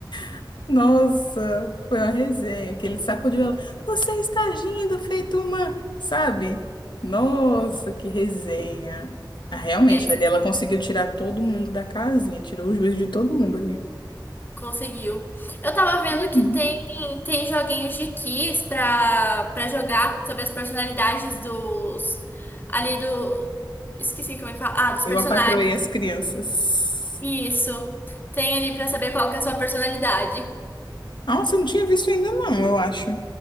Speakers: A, on the left; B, on the left.
A: <laughs> Nossa, foi uma resenha, que ele sacudiu ela. Você está agindo feito uma, sabe? Nossa, que resenha. Ah, Realmente,
B: É,
A: ali ela conseguiu tirar todo mundo da casinha, tirou o juízo de todo mundo ali.
B: Conseguiu. Eu tava vendo
A: Uhum.
B: que tem, tem joguinhos de quiz pra, pra jogar sobre as personalidades dos. Ali do. Esqueci como é que fala. Ah, dos
A: Eu
B: personagens.
A: apatroei as crianças.
B: Isso. Tem ali pra saber qual que é a sua personalidade.
A: Nossa, eu não tinha visto ainda não, eu acho.